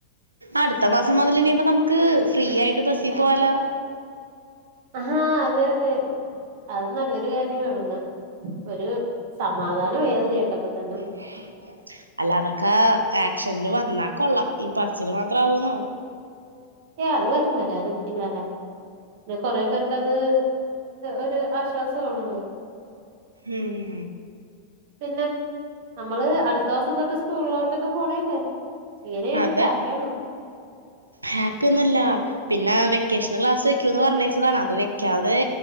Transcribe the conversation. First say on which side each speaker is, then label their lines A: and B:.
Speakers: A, on the right; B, on the right.
A: അടുത്ത മാസം മുതൽ ഇനിയിപ്പെ നമുക്ക് ഫ്രീ ആയിട്ട് ബസ്സിൽ പോവാലെ
B: അഹാ അതെ അതെ അത് നല്ലൊരു കാര്യണല്ലോ ഒരു സമാധാനായി അത് കേട്ടപ്പോ തന്നെ
A: !!!!!!! അല്ലതൊക്കെ ആക്ഷനിൽ വന്നാൽ കൊള്ളാം ഈ പറിച്ചില് മാത്ര ആവോന്നാവോ
B: ഏഹ് അത് വരും വരാതിരിക്കില്ലല്ലോ പിന്നെ കൊറേ പേർക്കത് ഒരു ആശ്വാസമാണത്
A: ഉം
B: പിന്നെ നമ്മള് അടുത്ത ദിവസം തൊട്ട് സ്കൂളിലോട്ട് ഇട്ടൊക്കെ പോണല്ലേ ഏതാണ്
A: അതെ
B: ഹാപ്പി ആണോ
A: ഹാപ്പി ഒന്നും അല്ല പിന്നെ വെക്കേഷൻ ക്ലാസ് വെക്കൂന്ന് പറഞ്ഞേച്ചതാണ് അത് വെക്കാതെ